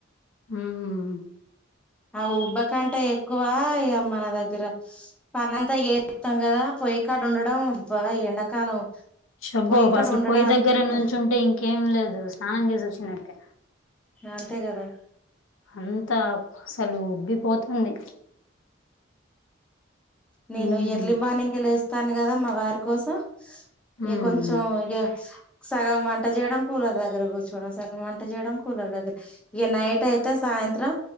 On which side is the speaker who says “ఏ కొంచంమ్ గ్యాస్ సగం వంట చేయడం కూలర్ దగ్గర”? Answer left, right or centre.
Centre